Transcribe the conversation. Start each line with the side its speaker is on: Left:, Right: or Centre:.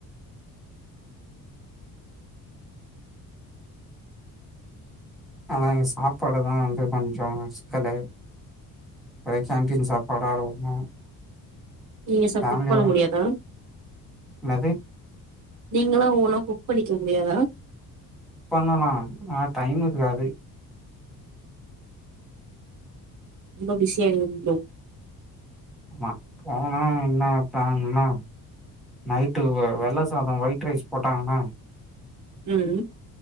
Centre: அதா சாப்பாடு தா வந்து கொஞ்ச சிக்கலு ஒரே கேண்டின் சாப்பாடா இருக்கு
Right: நீங்க ச
Centre: ஃபேமிலியோட
Right: குக் பண்ண முடியாதா
Centre: என்னது
Right: நீங்களா ஓனா குக் பண்ணிக்க முடியாதா
Centre: பண்ணலா ஆ டைமு இருக்காது
Right: ரொம்ப பிஸி ஆயிருவீங்களோ
Centre: ஆமா போனா என்ன பிளான்னா நைட்டு வ வெள்ள சாதம் ஒயிட் ரைஸ் போட்டாங்கன்னா
Right: ம்